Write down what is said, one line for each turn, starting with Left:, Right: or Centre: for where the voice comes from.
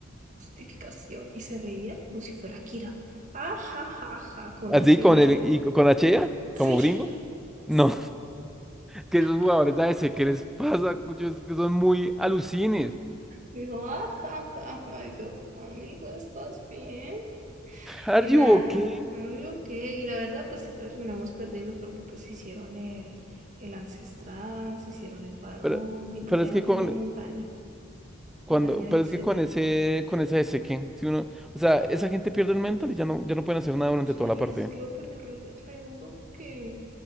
Right: Justificación. Y se reía como si fuera Kira. Ajajaja, con
Centre: Así
Right: H
Centre: con
Right: ella.
Centre: el y con la Chea,
Right: Sí.
Centre: como gringo. no
Right: Sí.
Centre: que esos jugadores
Right: Ah,
Centre: a veces, ¿qué les pasa? Muchos que son muy alucines.
Right: digo, ajajaja. Y yo, amigo, ¿estás bien?
Centre: ¿Are
Right: Y
Centre: you
Right: nada,
Centre: okay?
Right: amigo, ¿qué? Y la verdad, pues sí terminamos perdiendo porque pues se hicieron el, el ancestral, se hicieron el varón
Centre: Pero,
Right: y pues
Centre: pero
Right: ya
Centre: es
Right: no
Centre: que
Right: teníamos
Centre: con
Right: daño.
Centre: cuando,
Right: El daño
Centre: pero
Right: del
Centre: es
Right: set
Centre: que con ese, con esa ese que, si uno, o sea, esa gente pierde el mental y ya no, ya no pueden hacer nada durante
Right: sea,
Centre: toda la
Right: y
Centre: partida.
Right: es que lo perdió re, re duro porque